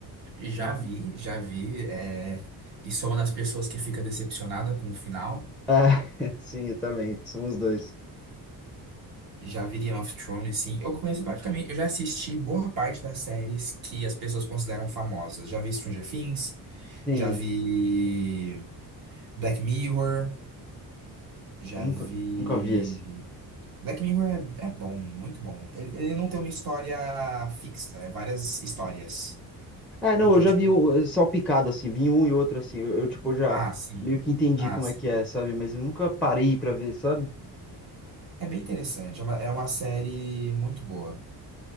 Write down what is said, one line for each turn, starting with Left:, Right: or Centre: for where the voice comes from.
Right: já
Centre: Já-
Right: vi, já vi. é, e sou uma das pessoas que fica decepcionada com o final.
Centre: Ah, <laughs> sim, eu também. Somos dois.
Right: Já vi Game of Thrones, sim. Eu conheço praticamente. Eu já assisti boa parte das séries que as pessoas consideram famosas. Já vi Stranger Things,
Centre: Sim,
Right: já vi Black Mirror, já
Centre: eu nunca,
Right: vi.
Centre: nunca vi esse.
Right: Black Mirror é, é bom, muito bom. Ele, ele não tem uma história fixa, é várias histórias.
Centre: É, não,
Right: Então,
Centre: eu já
Right: tipo,
Centre: vi um, eh, só picado, assim, vi um e outro, assim. Eu, eu, tipo, já
Right: ah, sim.
Centre: meio que entendi
Right: Ah,
Centre: como
Right: sim.
Centre: é que é, sabe? Mas eu nunca parei pra ver, sabe?
Right: É bem interessante. É uma, é uma série muito boa.